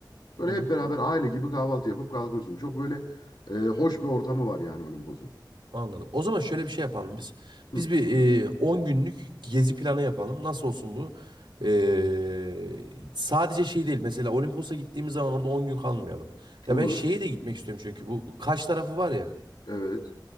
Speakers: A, on the left; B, on the right.
A: Böyle
B: Hı hı.
A: hep beraber aile gibi kahvaltı yapıp kalkıyorsun. Çok böyle e, hoş bir ortamı var yani Olimpos'un.
B: Anladım. O zaman şöyle bir şey yapalım biz.
A: Hı,
B: Biz bir e, 10 günlük gezi planı yapalım. Nasıl olsun bu? E, sadece şey değil. Mesela Olimpos'a gittiğimiz zaman orada 10 gün kalmayalım.
A: olur.
B: Ya ben şeye de gitmek istiyorum çünkü bu Kaş tarafı var ya.
A: Evet.